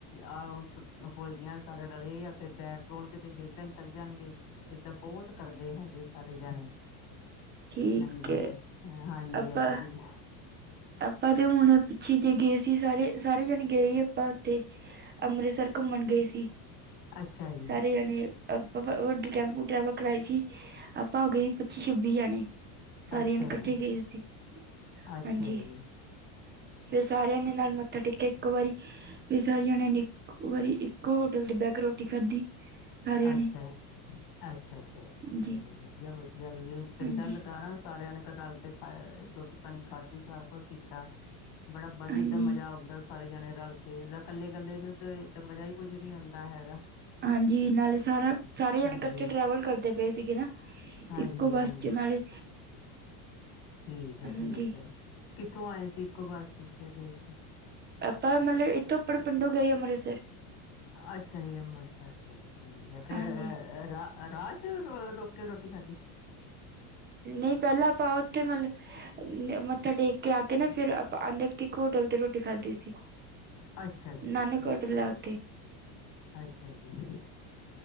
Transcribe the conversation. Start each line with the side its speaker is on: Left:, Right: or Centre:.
Left: ਆ ਹੁਣ ਛੁੱਟੀਆ ਹੋਈਆਂ। ਸਾਰੇ ਰਲੇ ਆ ਫੇਰ ਬੈਟ-ਬਾਲ ਕਿਤੇ ਖੇਡਣ ਚੱਲ ਜਾਣਗੇ। ਇੱਦਾ ਬਹੁਤ! ਕਰਦੇ ਹੈਗੇ ਸਾਰੇ ਜਣੇ
Right: ਠੀਕ
Left: ਹਾਂਜੀ,
Right: ਹੈ
Left: ਹਾਂਜੀ,
Right: ਆਪਾਂ
Left: ਹਾਂਜੀ ਦੀਦੀ।
Right: ਆਪਾਂ ਤੇ ਹੁਣ ਪਿੱਛੇ ਜ ਗਏ ਸੀ। ਸਾਰੇ ਜਾਣੇ ਗਏ ਸੀ। ਆਪਾਂ ਉੱਥੇ ਅੰਮ੍ਰਿਤਸਰ। ਘੁੰਮਣ ਗਏ ਸੀ
Left: ਅੱਛਾ ਜੀ,
Right: ਸਾਰੇ ਜਾਣੇ। ਆਪਾਂ ਵੱਡੀ ਟੈਂਪੂ ਟਰੈਵਲ ਕਰਵਾਈ ਸੀ। ਆਪਾਂ ਹੋ ਗਏ ਸੀ ਪੱਚੀ ਛੱਬੀ ਜਣੇ। ਸਾਰੀਆਂ
Left: ਅੱਛਾ
Right: ਜਾਣੇ ਇਕੱਠੇ
Left: ਜੀ,
Right: ਗਏ ਸੀ।
Left: ਅੱਛਾ
Right: ਹਾਂਜੀ
Left: ਜੀ,
Right: ਫਿਰ ਸਾਰਿਆਂ ਦੇ ਨਾਲ ਮੱਥਾ ਟੇਕਿਆ। ਇੱਕ ਵਾਰੀ! ਫਿਰ ਸਾਰੀ ਜਣਿਆਂ ਨੇ! ਇੱਕ ਵਾਰੀ ਇੱਕੋ ਹੋਟਲ ਤੇ ਬਹਿ ਕੇ ਰੋਟੀ ਖਾਧੀ। ਸਾਰਿਆਂ
Left: ਅੱਛਾ!
Right: ਨੇ
Left: ਅੱਛਾ!
Right: ਹਾਂਜੀ
Left: ਚਲੋ ਵਧੀਆ! ਵਧੀਆ ਵੀ ਚੰਗਾ
Right: ਹਾਂਜੀ
Left: ਲਗਾ। ਸਾਰਿਆਂ ਨੇ ਰਲ ਕੇ ਰੋਟੀ ਪਾਣੀ ਖਾਧੀ। ਸਭ ਕੁਛ ਕੀਤਾ। ਬੜਾ ਵਧੀਆ
Right: ਹਾਂਜੀ
Left: ਇਦਾ ਮਜ਼ਾ ਆਉਂਦਾ ਸੀ। ਸਾਰੇ ਜਾਣੇ ਰਲ ਕੇ ਤਾਂ ਇਕੱਲੇ ਕੱਲੇ ਨੂੰ ਤੇ ਮਜ਼ਾ ਹੀ ਕੁਝ ਨੀ ਆਉਂਦਾ ਹੈਗਾ।
Right: ਹਾਂਜੀ ਨਾਲੇ ਸਾਰਾ। ਸਾਰੇ ਜਣੇ
Left: ਹਾਂਜੀ
Right: ਇਕੱਠੇ ਟ੍ਰੈਵਲ ਕਰਦੇ ਪਏ ਸੀਗੇ, ਨਾ
Left: ਹਾਂਜੀ-ਹਾਂਜੀ
Right: ਇੱਕੋ ਬੱਸ ਚ ਨਾਲੇ।
Left: ਠੀਕ ਹੈ
Right: ਹਾਂਜੀ
Left: ਠੀਕ ਹੈ ਕਿੱਥੋਂ ਆਏ ਸੀ ਇੱਕੋ ਬੱਸ ਚ ਗਏ ਸੀ।
Right: ਆਪਾਂ ਮਤਲਬ ਇੱਥੋਂ ਆਪਾਂ ਪਿੰਡੋਂ ਗਏ ਅੰਮ੍ਰਿਤਸਰ।
Left: ਅੱਛਾ ਜੀ ਅੰਮ੍ਰਿਤਸਰ ਗਏ ਠੀਕ ਹੈ ਫਿਰ।
Right: ਹਾਂਜੀ
Left: ਫ ਰਾਹ ਚ ਰ ਰੋਕ ਕੇ ਰੋਟੀ ਖਾਧੀ।
Right: ਨਹੀਂ ਪਹਿਲਾਂ ਆਪਾਂ ਉੱਥੇ ਮਤਲਬ ਮੱਥਾ ਟੇਕ ਕੇ ਆ ਕੇ ਨਾ ਫਿਰ ਆਪਾਂ ਆਉਂਦੇ। ਹੋਟਲ ਤੇ ਰੋਟੀ ਖਾਧੀ ਸੀ।
Left: ਅੱਛਾ ਜੀ!
Right: ਨਾਨਕ
Left: ਅੱਛਾ
Right: ਹੋਟਲ
Left: ਜੀ!
Right: ਆ ਉੱਥੇ
Left: ਅੱਛਾ ਜੀ! ਅੱਛਾ!